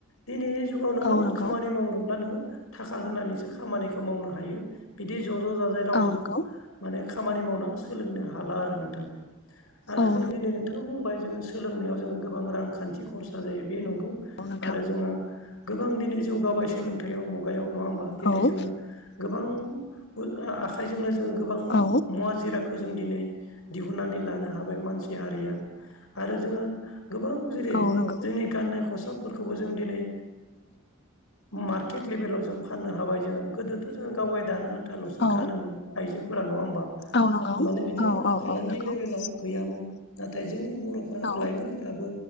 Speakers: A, on the left (about 80°); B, on the left (about 55°).
A: दिनैनि जुगाव नोङो
B: औ नंगौ
A: खामानि मावनोब्ला नोङो थाखा होनानैसो खामानिखौ मावनो हायो। बिदि ज' ज' जाजाय रावजोंबो
B: औ नंगौ
A: माने खामानि मावना सोलोंनो हाला आरो नोंथां आरो
B: औ
A: जों
B: नंगौ
A: दिनै नोंथाङा बुंबाय जोङो सोलोंनायाव जोङो गोबां रांखान्थि खरसा जायो बे नंगौ।
B: नोंथां
A: आरो जोङो गोबां दिनै जौगाबाय सोलोंथाइयाव मुगायाव नङा होमबा। दिनै
B: औ
A: जोङो गोबां आ आखाइजोंनो जोङो गोबां
B: औ
A: मुवा जिरादखौ जों दिनै दिहुननानै लानो हाबाय मानसि हारिया आरो जोङो गोबां जेरै
B: औ नंगौ
A: जोंनि गाननाय खसाबफोरखौबो जों दिनै मार्केट लेभेलाव जों फाननो हाबाय जोंङो। गोदोथ' जों गावगाय दानो दा ल'सो
B: औ
A: गानोमोन आइजोफोरा नङा होमबा।
B: औ नंगौ
A: माने बिदि
B: औ औ नंगौ
A: फालांगि लेबेलाव गैयामोन। नाथाय जोंनि बर'फोराबो
B: औ
A: लाइमोनफोराबो